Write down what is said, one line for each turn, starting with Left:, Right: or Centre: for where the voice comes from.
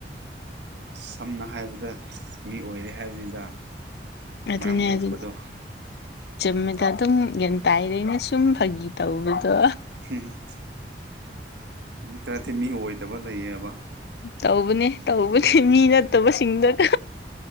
Right: ꯁꯝꯅ ꯍꯥꯏꯔꯕꯗ ꯃꯤ ꯑꯣꯏꯔꯦ ꯍꯥꯏꯕꯅꯤꯗ
Left: ꯑꯗꯨꯅꯦ
Right: ꯃꯔꯝ ꯑꯣꯛꯄꯗꯣ
Left: ꯑꯗꯨꯅꯦ ꯆꯝꯃꯦꯗꯥ ꯑꯗꯨꯝ ꯒ꯭ꯌꯥꯟ ꯇꯥꯏꯔꯦꯅ ꯁꯨꯝ ꯐꯥꯒꯤ ꯇꯧꯕꯗꯣ
Right: ꯍꯨꯝ ꯃꯤ ꯈꯔꯗꯤ ꯃꯤ ꯑꯣꯏꯗꯕ ꯂꯩꯌꯦꯕ
Left: ꯇꯧꯕꯅꯦ ꯇꯧꯕꯅꯦ ꯃꯤ ꯅꯠꯇꯕꯁꯤꯡꯗꯨꯅ